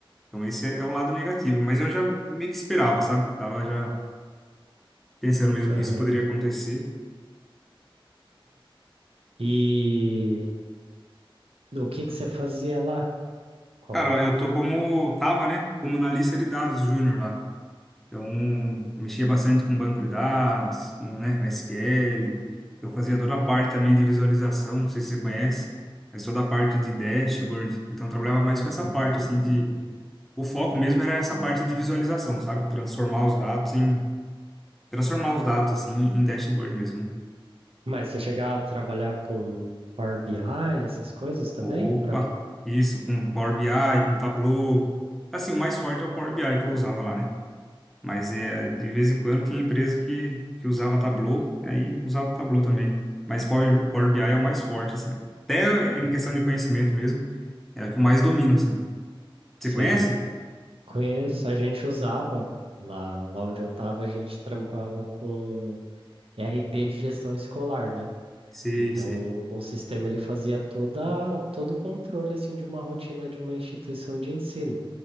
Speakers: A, in the centre; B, on the right (about 85°).
A: Então esse é é o lado negativo, mas eu já meio que esperava, sabe? Tava já pensando mesmo
B: Aham.
A: que isso poderia acontecer.
B: E o que que você fazia lá? Qual?
A: Cara, eu tô como tava, né? Como na lista de dados júnior lá. Então, mexia bastante com banco de dados, com, né, com SQL. Eu fazia toda a parte também de visualização, não sei se você conhece, mas toda a parte de dashboard. Então, eu trabalhava mais
B: Uhum.
A: com essa parte assim de o foco mesmo era essa parte de visualização, sabe? Transformar os dados em transformar os dados assim em dashboard mesmo, né?
B: Mas você chegava a trabalhar com Power BI, essas coisas também?
A: Opa,
B: Pra...
A: isso, com Power BI, com Tableau. Assim, o mais forte é o Power BI que eu usava lá, né? Mas é, de vez em quando tinha empresa que, que usava Tableau, aí usava o Tableau também. Mas Power, Power BI é o mais forte, assim. Até em
B: Hum,
A: questão de conhecimento mesmo, é o que eu mais domino, assim. Você
B: Sei.
A: conhece?
B: Conheço, a gente usava lá, lá onde eu estava, a gente trampava com RP de gestão escolar, né?
A: Sim,
B: Então,
A: sim.
B: o sistema ele fazia toda, todo o controle assim de uma rotina de uma instituição de ensino.